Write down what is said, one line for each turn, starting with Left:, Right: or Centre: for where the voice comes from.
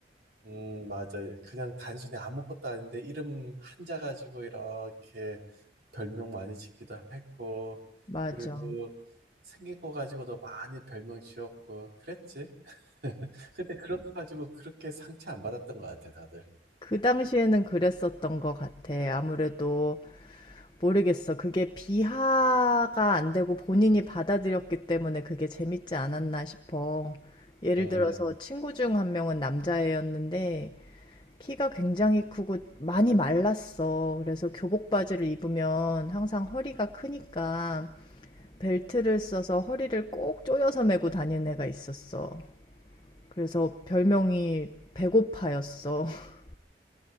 Right: 음, 맞아요. 그냥 단순히 아무것도 아닌데 이름 한자 가지고 이렇게 별명 많이 짓기도 했고,
Left: 맞아.
Right: 그리고 생긴 거 가지고도 많이 별명 지었고, 그랬지. <laughs> 근데 그런 거 가지고 그렇게 상처 안 받았던 것 같아, 다들.
Left: 그 당시에는 그랬었던 것 같아. 아무래도 모르겠어. 그게 비하가 안 되고 본인이 받아들였기 때문에 그게 재밌지 않았나 싶어. 예를
Right: 음,
Left: 들어서 친구 중 한 명은 남자애였는데 키가 굉장히 크고 많이 말랐어. 그래서 교복 바지를 입으면 항상 허리가 크니까 벨트를 써서 허리를 꼭 조여서 메고 다니는 애가 있었어. 그래서 별명이 배고파였어. <laughs>